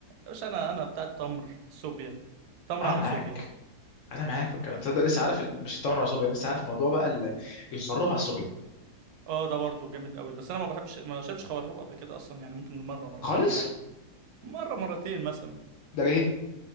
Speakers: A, on the right (about 75°); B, on the left (about 60°).
A: مش انا انا بتاع التمر صوبيا تمر
B: انا
A: على
B: معاك
A: صوبيا
B: انا معاك في الكلام تصدق لسه عارف ال- مش التمر ولا الصوبيا لسه عارف موضوع بقى ال- الخروب على الصوبيا
A: اه ده برضه جامد قوي بس انا ما بحبش ما شربش خروب قبل كده اصلا يعني ممكن مرة مرتين
B: خالص
A: في حياتي مرة مرتين مثلا
B: ده ليه